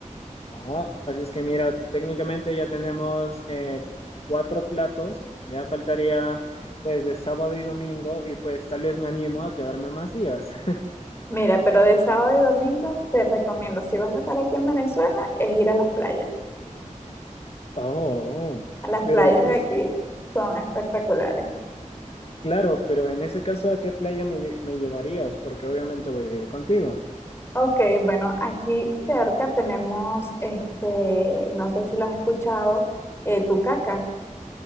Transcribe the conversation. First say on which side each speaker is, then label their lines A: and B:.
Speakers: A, on the left (about 50°); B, on the left (about 20°).
A: Ajá. Así es que mira, técnicamente ya tenemos eh, cuatro platos, ya faltaría pues de sábado y domingo y pues tal vez me animo a quedarme más días. <laughs>
B: mira, pero de sábado y domingo te recomiendo, si vas a estar aquí en Venezuela, es ir a las playas.
A: Oh, oh,
B: A Las
A: pero
B: playas
A: en
B: de
A: ese-
B: aquí son espectaculares.
A: claro, pero en ese caso, ¿a qué playa me, lle- me llevarías? Porque obviamente voy a ir contigo.
B: Ok, bueno, aquí cerca tenemos, este, no sé si lo has escuchado, eh, Tucacas.